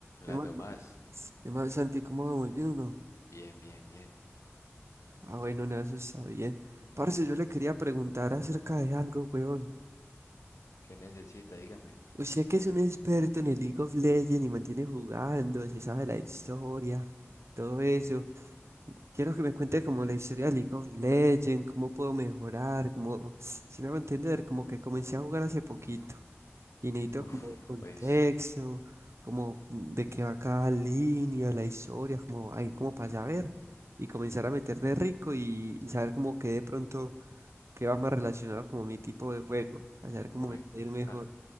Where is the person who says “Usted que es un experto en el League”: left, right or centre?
Right